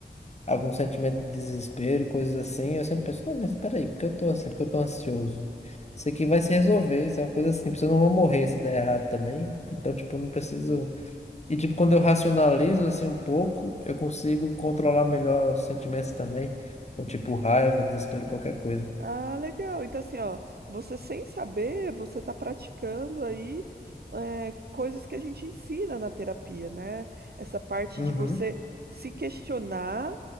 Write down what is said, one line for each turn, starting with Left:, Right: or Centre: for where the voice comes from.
Left: algum sentimento de desespero, coisas assim, eu sempre penso, não, mas espera aí, por que eu tô assim? Por que eu tô ansioso? Isso aqui vai se resolver, isso é uma coisa simples, eu não vou morrer se der errado também, então, tipo, eu não preciso... E, tipo, quando eu racionalizo, assim, um pouco, eu consigo controlar melhor os sentimentos também, ou, tipo, raiva, desespero, qualquer coisa.
Right: Ah, legal. Então, assim, ó, você sem saber, você está praticando aí é, coisas que a gente ensina na terapia, né? Essa parte
Left: Uhum,
Right: de você se questionar,